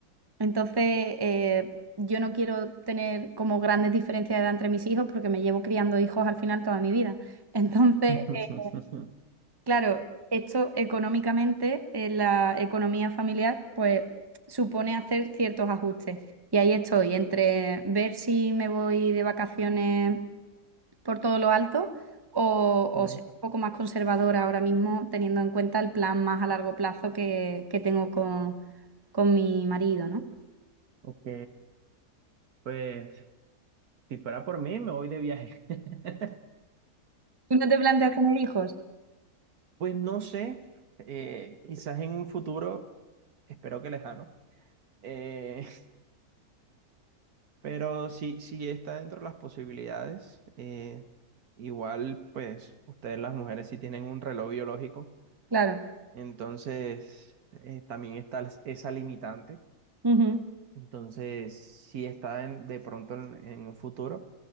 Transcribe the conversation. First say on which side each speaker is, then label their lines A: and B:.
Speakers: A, on the right (about 15°); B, on the right (about 70°).
A: Entonces, eh, yo no quiero tener como grandes diferencias de edad entre mis hijos porque me llevo criando hijos al final toda mi vida. <laughs> Entonces,
B: <laughs>
A: eh, claro, esto económicamente en la economía familiar, pues supone hacer ciertos ajustes. Y ahí estoy, entre ver si me voy de vacaciones por todo lo alto o,
B: Sí,
A: o ser un poco más conservadora ahora mismo, teniendo en cuenta el plan más a largo plazo que, que tengo con, con mi marido, ¿no?
B: Ok, pues si fuera por mí, me voy de viaje. <laughs>
A: Tú no te planteas tener hijos,
B: Pues no sé, eh, quizás en un futuro, espero que lejano, eh, <laughs> pero si, si está dentro de las posibilidades, eh, igual pues ustedes las mujeres sí tienen un reloj biológico,
A: claro.
B: entonces eh, también está las- esa limitante
A: Ujú,
B: Entonces, sí está en- de pronto en, en un futuro,